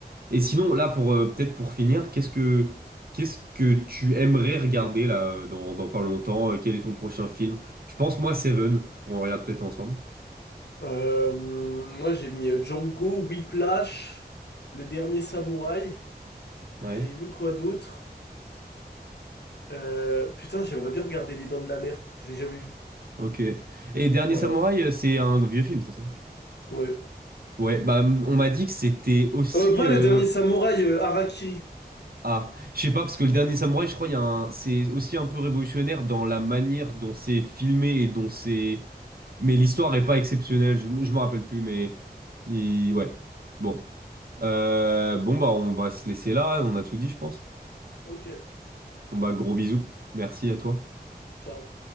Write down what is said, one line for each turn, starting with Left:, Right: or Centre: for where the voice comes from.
Right: Et sinon, là, pour euh, peut-être pour finir, qu'est-ce que qu'est-ce que tu aimerais regarder là euh, dans, dans pas longtemps? Euh, Quel est ton prochain film? Je pense moi Seven. On regarde peut-être ensemble.
Left: Euh, moi, j'ai mis euh, Django, Whiplash, Le Dernier Samouraï,
Right: Ouais.
Left: et j'ai mis quoi d'autre? Euh, putain, j'aimerais bien regarder Les Dents de la Mer. Je l'ai jamais vu.
Right: Ok. Et Dernier
Left: Voilà.
Right: Samouraï, euh, c'est un vieux film, c'est ça?
Left: Ouais.
Right: Ouais. Bah, m- on m'a dit que c'était aussi.
Left: Euh, pas
Right: euh,
Left: le dernier samouraï, euh, Harakiri.
Right: Ah, je sais pas parce que le Dernier Samouraï, je crois, il y a un... c'est aussi un peu révolutionnaire dans la manière dont c'est filmé et dont c'est Mais l'histoire est pas exceptionnelle, je, je me rappelle plus, mais il- ouais. Bon. Euh, bon, bah, on va se laisser là, on a tout dit, je pense.
Left: Ok,
Right: Bon, bah, gros bisous. Merci à toi.
Left: ciao.